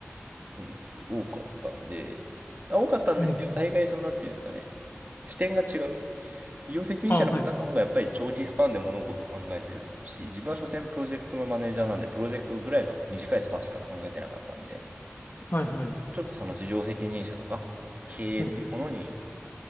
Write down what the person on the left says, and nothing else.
うん。うん
あ、はい。
はいはい。
はい。